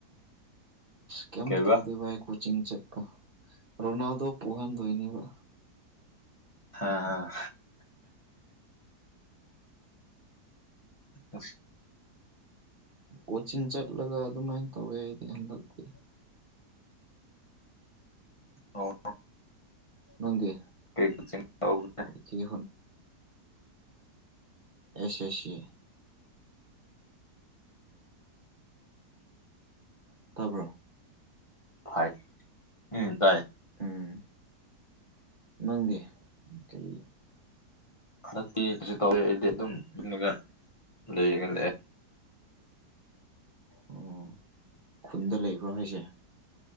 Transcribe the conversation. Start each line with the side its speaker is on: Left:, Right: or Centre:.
Right: ꯀꯩꯝ
Left: ꯀꯩꯕ
Right: ꯇꯧꯗ ꯚꯥꯏ ꯀꯣꯆꯤꯡ ꯆꯠꯀ ꯔꯣꯅꯥꯜꯗꯣ ꯄꯣꯛꯍꯟꯗꯣꯏꯅꯦꯕ
Left: ꯑ ꯑ
Right: ꯀꯣꯆꯤꯡ ꯆꯠꯂꯒ ꯑꯗꯨꯃꯥꯏꯅ ꯇꯧꯋꯦ ꯑꯩꯗꯤ ꯍꯟꯗꯛꯇꯤ
Left: ꯑ
Right: ꯅꯪꯗꯤ
Left: ꯀ ꯆꯕ꯭ꯔꯦ
Right: ꯀꯩꯀꯩ ꯑꯁꯁꯤ ꯇꯥꯔꯕ
Left: ꯐꯥꯏ ꯎꯝ ꯇꯥꯏ
Right: ꯎꯝ ꯅꯪꯒꯦ ꯀꯩ
Left: ꯍꯟꯗꯛꯇꯤ ꯀꯩꯁꯨ ꯇꯧꯋꯦ ꯑꯩꯗꯤ ꯑꯗꯨꯝ ꯌꯂꯒ ꯂꯩꯔꯒ ꯂꯑꯦ
Right: ꯑꯣ ꯈꯨꯟꯗ ꯂꯩꯕ꯭ꯔꯣ ꯍꯥꯏꯁꯦ